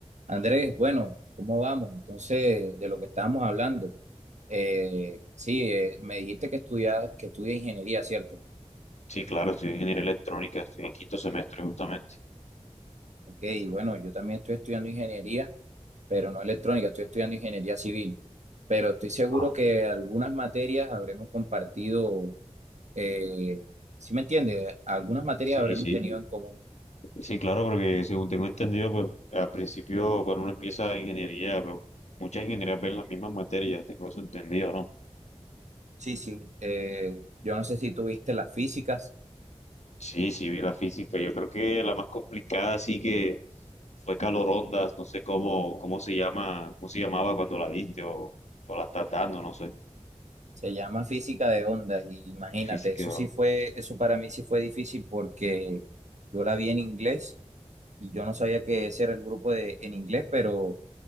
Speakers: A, on the right (about 85°); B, on the left (about 75°).
A: Andrés, bueno, ¿cómo vamos? Entonces, de lo que estábamos hablando, eh, sí, eh, me dijiste que estudias, que estudia ingeniería, ¿cierto?
B: Sí, claro, estoy en ingeniería electrónica, estoy en quinto semestre justamente.
A: Ok, y bueno, yo también estoy estudiando ingeniería, pero no electrónica, estoy estudiando ingeniería civil. Pero estoy seguro
B: Ah,
A: que algunas materias habremos compartido, eh, ¿sí me entiendes? Algunas materias
B: sí,
A: habremos
B: sí.
A: tenido en común.
B: Sí, claro, porque según tengo entendido, pues al principio cuando uno empieza ingeniería, pues, muchas ingenierías ven las mismas materias, tengo eso entendido, ¿no?
A: Sí, sí. eh, yo no sé si tuviste las físicas.
B: Sí, sí, vi la física. Yo creo que la más complicada sí que fue calorondas, no sé cómo, cómo se llama, cómo se llamaba cuando la diste o, o la estás dando, no sé.
A: Se llama física de ondas y imagínate,
B: Física.
A: eso sí fue, eso para mí sí fue difícil porque yo la vi en inglés y yo no sabía que ese era el grupo de en inglés, pero